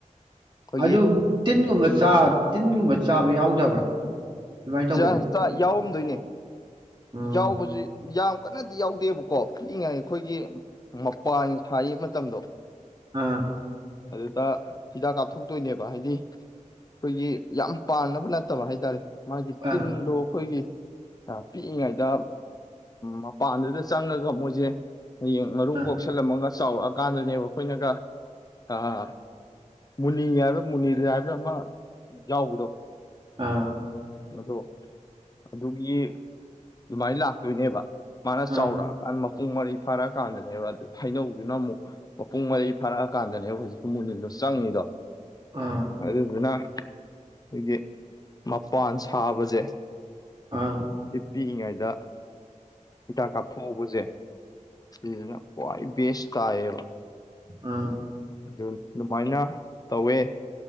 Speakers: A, on the left; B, on the right.
A: ꯑꯩꯈꯣꯏꯒꯤ
B: ꯑꯗꯨ ꯇꯤꯟꯒꯨꯝꯕ ꯆꯥ ꯇꯤꯟꯒꯨꯝꯕ ꯆꯥꯕ ꯌꯥꯎꯗꯕ꯭ꯔꯥ ꯑꯗꯨꯃꯥꯏꯅ ꯇꯧꯕꯁꯦ
A: ꯆ ꯆ ꯌꯥꯎ ꯑꯗꯨꯣꯏꯅꯦ
B: ꯑꯣ
A: ꯌꯥꯎꯕꯕꯁꯤ ꯌꯥꯝ ꯀꯟꯅꯗꯤ ꯌꯥꯎꯗꯦꯕꯀꯣ ꯄꯤꯛꯏꯉꯥꯏ ꯑꯩꯈꯣꯏꯒꯤ ꯃꯄꯥꯟꯅ ꯁꯥꯔꯤ ꯃꯇꯝꯗꯣ
B: ꯑꯥ
A: ꯑꯗꯨꯗ ꯍꯤꯗꯥꯛ ꯀꯥꯞꯊꯣꯛꯇꯣꯏꯅꯦꯕ ꯍꯥꯏꯗꯤ ꯑꯩꯈꯣꯏꯒꯤ ꯌꯥꯝ ꯄꯥꯅꯕ ꯅꯠꯇꯕ ꯍꯥꯏꯇꯥꯔꯦ ꯃꯥꯒꯤ
B: ꯑꯥ
A: ꯇꯤꯟꯗꯣ ꯑꯩꯈꯣꯏꯒꯤ ꯄꯤꯛꯏꯉꯩꯗ ꯃꯄꯥꯟꯗꯨꯗ ꯆꯪꯉꯒ ꯃꯣꯏꯁꯦ ꯍꯌꯦꯡ ꯃꯔꯨꯝ
B: ꯑꯥ
A: ꯀꯣꯛꯁꯜꯂꯝꯃꯒ ꯆꯥꯎꯔꯛꯑꯀꯥꯟꯗꯅꯦꯕ ꯑꯩꯈꯣꯏꯅꯒ ꯑꯥ ꯃꯅꯤ ꯌꯥꯔ ꯃꯨꯅꯤꯗ ꯌꯥꯔꯃ ꯌꯥꯎꯕꯗꯣ
B: ꯑꯥ ꯑꯥ
A: ꯑꯗꯣ ꯑꯗꯨꯒꯤ ꯑꯗꯨꯃꯥꯏꯅ ꯂꯥꯛꯇꯣꯏꯅꯦꯕ ꯃꯥꯅ
B: ꯑꯥ
A: ꯆꯥꯎꯔꯛꯑꯀꯥꯟꯗ ꯃꯄꯨꯡ ꯃꯔꯔꯤ ꯐꯥꯔꯛ ꯐꯥꯔꯛꯑꯀꯥꯟꯗꯅꯦꯕ ꯑꯗꯨ ꯍꯩꯅꯧꯗꯨꯅ ꯑꯃꯨꯛ ꯃꯄꯨꯡ ꯃꯔꯩ ꯐꯥꯔꯛꯑꯀꯥꯟꯗꯅꯦꯕ ꯍꯧꯖꯤꯛꯇꯤ ꯃꯨꯅꯤꯜꯗꯣ ꯆꯪꯉꯤꯗꯣ
B: ꯑꯥ ꯑꯥ
A: ꯑꯗꯨ ꯑꯗꯨꯅ ꯍꯧꯦ ꯃꯄꯥꯟ ꯁꯥꯕꯁꯦ
B: ꯑꯥ
A: ꯇꯤ ꯄꯤꯛꯏꯉꯩꯗ ꯍꯤꯗꯥꯛ ꯀꯥꯞꯊꯣꯛꯎꯧꯕꯁꯦ ꯁꯤꯁꯤꯅ ꯈ꯭ꯋꯥꯏ ꯕꯦꯁ ꯀꯕ
B: ꯑꯥ
A: ꯑꯗꯨꯃꯥꯏꯅ ꯇꯧꯋꯦ